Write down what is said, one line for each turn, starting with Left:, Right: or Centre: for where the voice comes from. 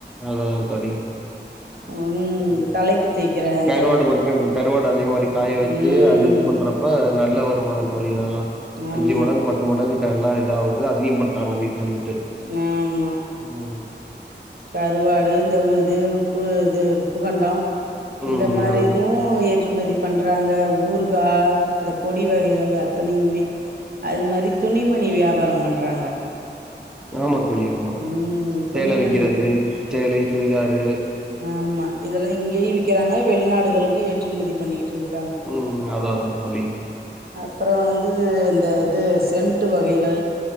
Centre: அதுதா தோழி
Right: ம்
Centre: ஓ
Right: இந்த தலைக்கு தேய்க்கிற அந்த
Centre: கருவாடு பாத்தீனா கருவாடு அதே மாரி காய வச்சு
Right: ம்
Centre: அது இது பண்ற இப்ப நல்ல வருமான தோழி அதெல்லா
Right: ஆமா
Centre: அஞ்சு மடங்கு பத் து மடங்கிட்ட நல்லா இதாவ்து அதயு பண்றாங்க வீட்ல இருந்துட்டு
Right: ஆமா
Centre: ம்
Right: கருவாடு இந்த இது உப்பு இது உப்புகண்டோ இந்த
Centre: ம்
Right: மாரி
Centre: அதா
Right: இதுவு
Centre: தோழி
Right: ஏற்றுமதி பண்றாங்க ஊருகா இந்த பொடி வகைகள் அத்தனையுமே அது மாரி துணிமணி வியாபாரம் பண்றாங்க
Centre: ஆமா தோழி ஆமா
Right: ம்
Centre: சேல
Right: துணிமணி
Centre: விக்கிறது சேலை சுடிதாறு
Right: ஆமா இதெல்லா இங்கயு விக்கிறாங்க வெளிநாடுகளுக்கு ஏற்றுமதி பண்ணிட்டு இர்
Centre: ம் அதா அதா தோழி
Right: அப்றோ வந்து இந்த இது சென்ட்டு வகைகள்